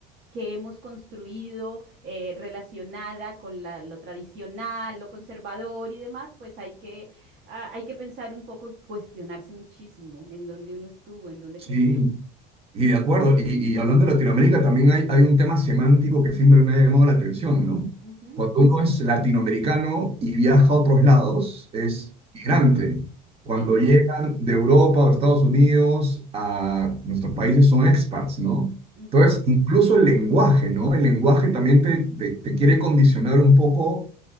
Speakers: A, on the right (about 65°); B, on the right (about 30°).
A: que hemos construido eh, relacionada con la- lo tradicional, lo conservador y demás, pues hay que, ah, hay que pensar un poco, cuestionarse muchísimo en dónde uno estuvo, en dónde
B: Sí,
A: creció.
B: Y de acuerdo, y, y hablando de Latinoamérica, también hay, hay un tema semántico que siempre me ha llamado la atención, ¿no?
A: Ujú,
B: Cuando uno es latinoamericano y viaja a otros lados, es
A: ujú,
B: migrante. Cuando
A: Sí.
B: llegan de Europa o Estados Unidos a nuestros países son expats, ¿no?
A: ujú,
B: Entonces, incluso el lenguaje, ¿no? El lenguaje también te, te, te quiere condicionar un poco